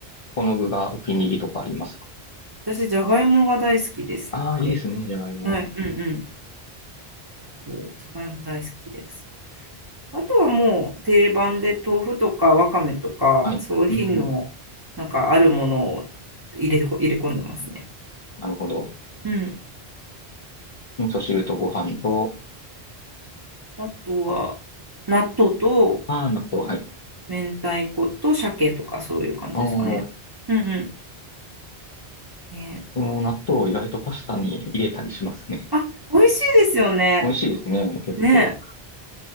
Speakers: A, on the left; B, on the right.
A: この具がお気に入りとかありますか
B: 私、じゃがいもが大好きですって。
A: ああー、いいですね、じゃがいも。
B: はい、うんうん。そう、じゃがいも大好きです。あとはもう定番で豆腐とかわかめとか、
A: はい。
B: そういう品のなんかあるものを入れてこ、
A: うん。
B: 入れ込んでますね。
A: なるほど。
B: うん。
A: 味噌汁とご飯と、
B: あとは納豆と
A: ああ、納豆、はい。
B: 明太子と鮭とかそういう感じですかね。
A: ああ、こ
B: うんうん。ね。
A: の納豆を意外とパスタに入れたりしますね。
B: あ、美味しいですよね。
A: 美味しいですね、結構。
B: ね。やっ